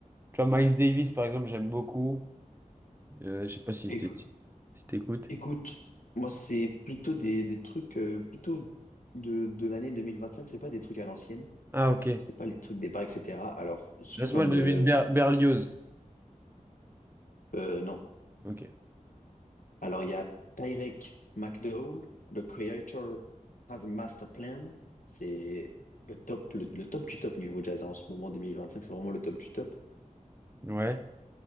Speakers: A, on the right; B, on the left.
A: tu vois, Miles Davis, par exemple, j'aime beaucoup. Euh, je sais pas si
B: Écou-
A: t'é- si- si t'écoutes.
B: écoute, moi, c'est plutôt des, des trucs euh, plutôt de, de l'année 2025. c'est pas des trucs à l'ancienne,
A: Ah, ok.
B: c'est pas les trucs des bars, etc. Alors, c'est
A: laisse
B: comme.
A: moi, je devine
B: euh,
A: Ber- Berlioz.
B: euh, non.
A: Ok.
B: Alors, il y a Tyrek McDowell, le creator has a master plan. C'est le top, le, le top du top niveau jazz en ce moment, 2025. c'est vraiment le top du top.
A: Ouais.